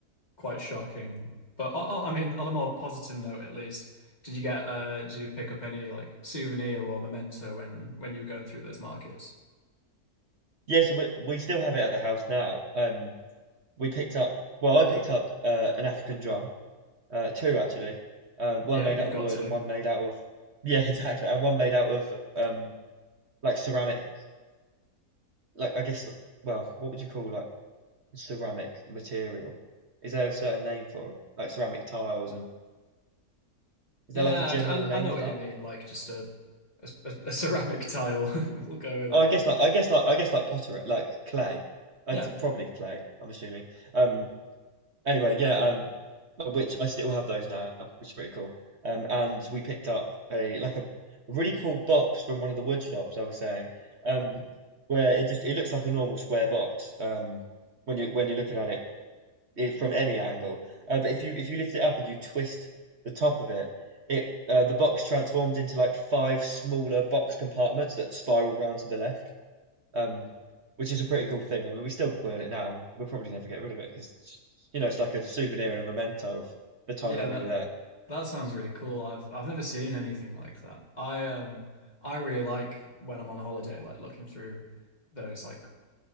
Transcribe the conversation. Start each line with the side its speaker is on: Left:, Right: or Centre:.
Left: quite shocking. But I, I I mean, on a more positive note, at least, did you get uh did you pick up any like souvenir or memento when when you were going through those markets?
Right: Yeah, so we we still have it at the house now. Um, we picked up well, I picked up uh, an African drum, uh, two actually, um, one
Left: Yeah,
Right: made
Left: you've
Right: out of
Left: got
Right: wood
Left: to.
Right: and one made out of yeah <laughs> exactly, and one made out of um like ceramic, like I guess well, what would you call like ceramic material? Is there a certain name for it? Like ceramic tiles and Is
Left: Yeah,
Right: there like a general
Left: I, I
Right: name
Left: I know
Right: for
Left: what
Right: that?
Left: you mean. Like just a a, a ceramic tile. <laughs> We'll go with
Right: Oh,
Left: it.
Right: I guess like I guess like I guess like potter like clay. That's
Left: Yeah.
Right: probably clay, I'm assuming. Um anyway, yeah, um which I still have those now, which is pretty cool. Um and we picked up a like a really cool box from one of the wood shops I was saying. Um where it just it looks like a normal square box um when you when you're looking at it it, from any angle. Uh, but if you if you lift it up and you twist the top of it, it uh, the box transforms into like five smaller box compartments that spiral round to the left, um, which is a pretty cool thing. I mean, we still got it now, and we'll probably never get rid of it because you know it's like a souvenir and a memento of the time
Left: Yeah,
Right: that
Left: that
Right: we were there.
Left: that sounds really cool. I've I've never seen anything like that. I um I really like when I'm on holiday, like looking through those like